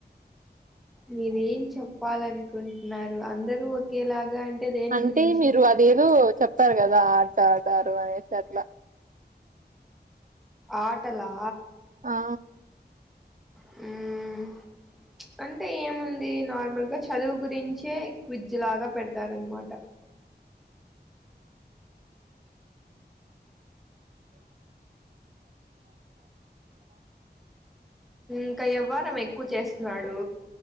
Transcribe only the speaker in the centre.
మీరేం చెప్పాలనుకుంటున్నారు. అందరూ ఒకేలాగా అంటే దేని
గురించి
ఆటలా
హ్ అంటే ఏముంది నార్మల్ గా చదువు గురించే క్విజ్జ్ లాగా పెడ తారనమాట ఇంకా ఎవ్వారం ఎక్కువ చేస్తున్నాడు.